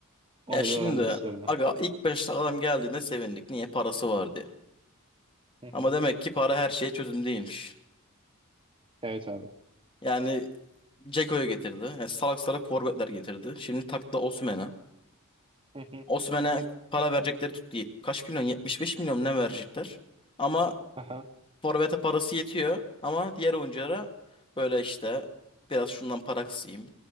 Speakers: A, on the right; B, on the left.
A: Onu
B: Ya şimdi
A: bir öğrenmek istiyorum ben.
B: aga ilk başta adam geldiğinde sevindik. Niye? Parası vardı.
A: Hı
B: Ama
A: hı.
B: demek ki para her şeye çözüm değilmiş.
A: Evet abi.
B: Yani Ceko'yu getirdi. Yani salak salak forvetler getirdi. Şimdi taktı Osimhen'e.
A: Hı hı.
B: Osimhen'e para verecekleri tuttu. Kaç milyon? 75 milyon ne verecekler? Ama
A: Aha.
B: forvete parası yetiyor. Ama diğer oyunculara böyle işte biraz şundan para kısayım.